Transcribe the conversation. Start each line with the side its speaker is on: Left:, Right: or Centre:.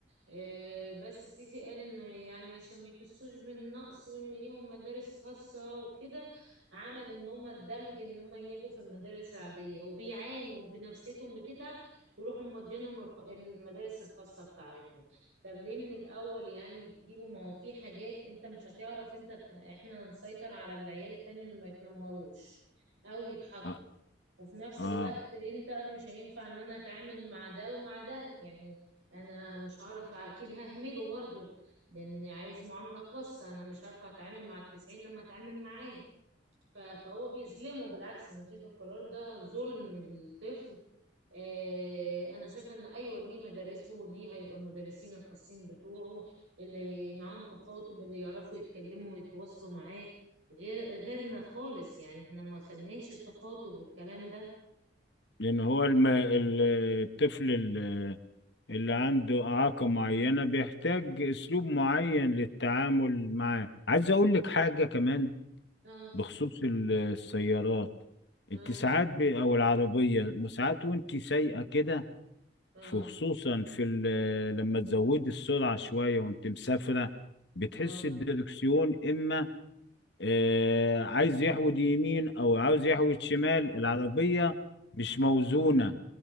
Right: آه، بس سيسي قال ان يعني عشان ما يحسوش بالنقص وان ليهم مدارس خاصة وكده عمل ان هم الدمج ان هم يجوا في المدارس العادية وبيعانوا بنفسيتهم بتتعب يروحوا مودينهم الخ- المدارس الخاصة بتاعتهم طب ليه من الاول يعني تجيبوا ما هو في حاجات انت مش هتعرف انت احنا هنسيطر على العيال التاني انه ما يتنمروش او يضحكوا
Left: اه
Right: وفي نفس
Left: آه.
Right: الوقت انت مش هينفع ان انا اتعامل مع ده ومع ده يعني انا مش هعرف اكيد ههمله برضو لان عايز معاملة خاصة انا مش عارفة اتعامل مع التسعين لما اتعامل معاه ف- فهو بيظلمه بالعكس انا شايفة القرار ده ظلم للطفل آه، انا شايفه ان ايوه ليه مدارسه وليه هيبقى المدرسين الخاصين بتوعه اللي معاهم تخاطب اللي يعرفوا يتكلموا ويتواصلوا معاه غير غيرنا خالص يعني احنا ما خدناش التخاطب والكلام ده
Left: لان هو الم... ال- الطفل ال- اللي عنده اعاقة معينة بيحتاج اسلوب معين للتعامل معاه عايز اقول لك حاجة كمان
Right: اه
Left: بخصوص ال- السيارات
Right: اه
Left: انت ساعات ب... او العربية ساعات وانت سايقة كده
Right: اه
Left: في- خصوصا في ال... لما تزودي السرعة شوية وانت مسافرة بتحس
Right: اه
Left: الدركسيون اما آه عايز يحود يمين او عاوز يحود شمال العربية مش موزونة
Right: اه